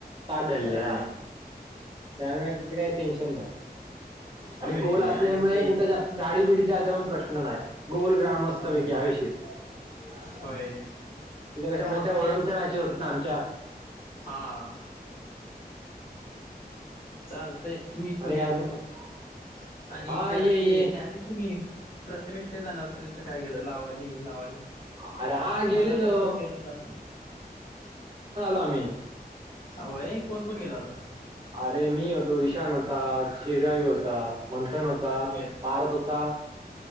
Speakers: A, on the right; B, on the left.
A: पादळले
B: अय
A: हा त्यामुळे तिथे काही टेन्शन नाही
B: होय
A: आणि गोल असल्यामुळे
B: आणि ते
A: कुठं जास्त झाडी बिडी यायचा पण प्रश्न नाही गोल ग्राउंड मस्तपैकी
B: होय
A: हवेशीर तिथे
B: होय
A: कशा मोठ्या
B: आणि
A: ओरमच्या
B: त्या दिवशी
A: मॅचेस होत ना आमच्या
B: हा चाल मी पण
A: आणि
B: येतो
A: काय म्हणतात
B: मग आणि
A: हा
B: त्या
A: ये ये
B: ते त्या दिवशी मी प्रथमेश कडे जाणार तिचं काय गेलं लावा लावायला
A: अरे हा गेलेलो
B: मला पण फोन केला होता
A: हा मीळ
B: हो ए कोण कोण गेला होता?
A: अरे मी होतो, ईशान होता, शिराई हो हो मंथन होता
B: होय
A: पार्थ होता